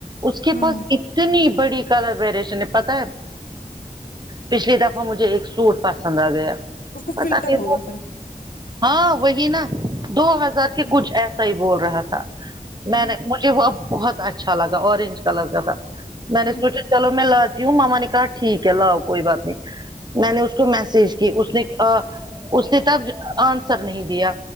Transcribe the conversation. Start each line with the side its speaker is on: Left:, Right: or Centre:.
Right: اس کے
Left: ہوں
Right: پاس اتنی بڑی کلر ویریشن ہے پتا ہے پچھلی دفعہ مجھے ایک سوٹ پسند آگیا
Left: اس کو
Right: پتا
Left: فلٹر
Right: نہیں
Left: ہوگا پھر
Right: ہاں وہی نا دو ہزار
Left: ہوں
Right: کے کچھ ایسا ہی بول رہا تھا
Left: ہوں
Right: میں نے مجھے وہ بہت اچھا لگا اورینج کلر کا تھا میں
Left: ہوں
Right: نے سوچا چلو میں لاتی ہوں ماما نےکہا ٹھیک ہے لاؤ کوئی بات نہیں میں نے اس کو میسج کی اس نے آ اس نے تب آنسر نہیں دیا